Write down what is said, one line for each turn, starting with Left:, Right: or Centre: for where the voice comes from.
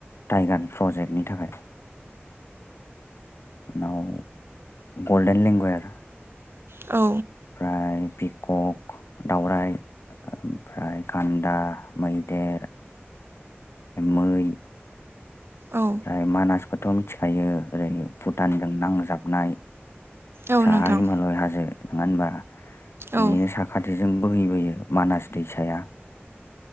Left: टाइगार प्रजेक्टनि थाखाय नाव गल्डेन लेंगुवेर
Right: औ
Left: ओमफ्राय पिक'क दाावराइ ओमफ्राय गान्दा मैदेर मै
Right: औ
Left: ओमफ्राय मानासखौथ' मिथिखायो ओरै भुटानजों नांजाबनाय
Right: औ
Left: साहा
Right: नोंथां
Left: हिमालय हाजो नंङा होनबा
Right: औ
Left: बिनिनो साखाथि जों बोहैबोयो मानास दैसाया